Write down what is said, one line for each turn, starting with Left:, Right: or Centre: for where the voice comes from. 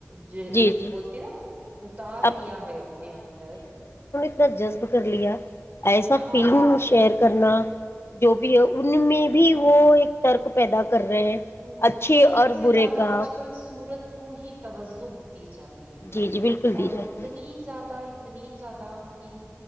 Right: جو
Left: جی جی
Right: بولتے نا اتار
Left: اب
Right: لیا ہے اپنے اندر
Left: نا جذب کر لیا ایسا
Right: ہاں
Left: فیلڈ ہ شئر کرنا جو بھی ہے ان میں بھی وہ ایک ترک پیدا کر رہے ہیں
Right: تو
Left: اچھے
Right: سیرت
Left: اور
Right: سے
Left: برے
Right: زیادہ
Left: کا
Right: آج کل سورت کو ہی توجب دی جاتی ہے
Left: جی جی بالکل دی
Right: اور
Left: جاتی
Right: اتنی زیادہ اتنی زیادہ کہ